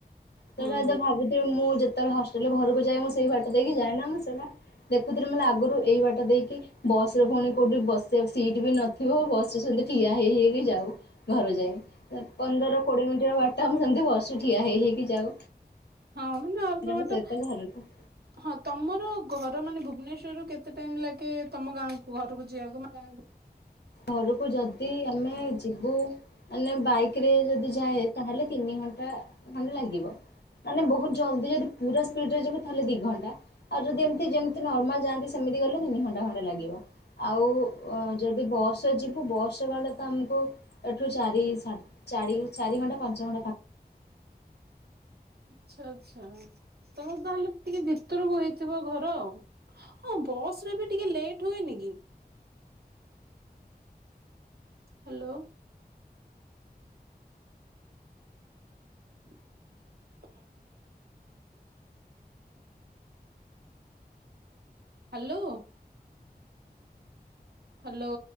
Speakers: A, on the left; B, on the right.
A: ସେଇଟା
B: ହୁଁ।
A: ଯେତେବେଳେ ଭାବୁଥିବୁ ମୁଁ ଯେତେବେଳେ ହଷ୍ଟେଲରେ ଘରକୁ ଯାଏ ମୁଁ ସେଇ ବାଟ ଦେଇକି ଯାଏନା ମୁଁ ସେଇଟା ଦେଖୁଥିଲି ମାନେ ଆଗରୁ ଏଇ ବାଟ ଦେଇକି ବସରେ ପୁଣି କୋଉଠି ବସ ସେ ସିଟ୍ ବି ନଥିବ ବସରେ ସେତି ଠିଆ ହେଇ ହେଇକି ଯାଉ। ଘରୁ ଯାଇ ପନ୍ଦର କୋଡିଏ ମିନିଟ ହବ ବାଟ ମୁଁ ସେମତି ବସୁ ଠିଆ ହେଇ ହେଇକି ଯାଉ।
B: ହଁ ମାନେ ଅଳ୍ପ
A: ପିଲାଙ୍କ
B: ବାଟ।
A: ସହିତ ଘରକୁ
B: ହଁ ତମର ଘର ମାନେ ଭୁବନେଶ୍ୱରରୁୁ କେତେ ଟାଇମ ଲାଗେ ତମ ଗାଁକୁ ଘରକୁ ଯିବାକୁ ମାନେ ଗାଁ କୁ
A: ଘରକୁ ଯଦି ଆମେ ଯିବୁ ମାନେ ବାଇକ ରେ ଯଦି ଯାଏ ତାହେଲେ ତିନି ଘଣ୍ଟା ଖଣ୍ଡେ ଲାଗିବ। ମାନେ ବହୁତ ଜଲ୍ଦି ଯଦି ପୁରା ସ୍ପିଡ ରେ ଯିବି ତାହେଲେ ଦି ଘଣ୍ଟା। ଆଉ ଯଦି ଏମତି ଯେମିତି ନର୍ମାଲ ଯାଆନ୍ତି ସେମିତି ଗଲେ ତିନି ଘଣ୍ଟା ଖଣ୍ଡେ ଲାଗିବ। ଆଉ ଉ ଯଦି ବସ୍ ସ ରେ ଯିବୁ ବସ ଗଲେ ତ ଆମକୁ ଏଠୁ ଚାରି ଚାରି ଚାରି ଘଣ୍ଟା ପାଞ୍ଚ ଘଣ୍ଟା ପା
B: ଆଚ୍ଛା ଆଛା ତମର ତାହେଲେ ଟିକେ ଭିତରକୁ ହେଇଥିବ ଘର ଉ। ଓ ବସରେ ବି ଟିକେ ଲେଟ ହୁଏନି କି? ହାଲୋ। <inaudible> ହାଲୋ। ହାଲୋ।